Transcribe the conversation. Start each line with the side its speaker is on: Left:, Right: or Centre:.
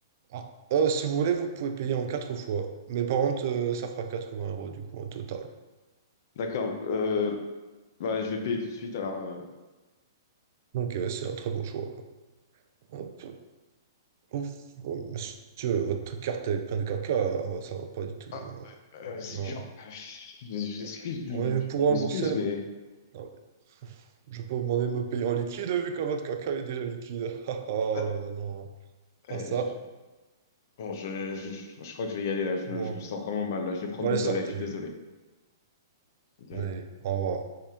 Right: Ah. Euh, si vous voulez, vous pouvez payer en 4 fois. Mais par contre, euh, ça fera 80 euros du coup au total.
Left: D'accord, euh, Bah, je vais payer tout de suite, alors... euh,
Right: Donc euh, c'est un très beau choix. Hop. Ouf, oh, monsieur, votre carte est pleine de caca, oh, ça va pas du tout,
Left: Ah,
Right: non.
Left: euh, euh, c'est
Right: Non.
Left: dur. Ah, Je je m'excuse, je,
Right: Ouais, pour rembourser
Left: je m'excuse,
Right: le...
Left: mais...
Right: Non, mais je peux vous demander de me payer en liquide vu que votre caca est déjà liquide. <laughs> Ah, ah,
Left: euh,
Right: là, bah non.
Left: euh,
Right: Ah ça,
Left: je- Bon, je, je, je crois que je vais y aller, là. Je,
Right: moi.
Left: me- je me sens vraiment mal, là. Je vais prendre
Right: Bon,
Left: vos
Right: allez,
Left: toilettes,
Right: sortez.
Left: je suis désolé. Désolé.
Right: Allez, au revoir.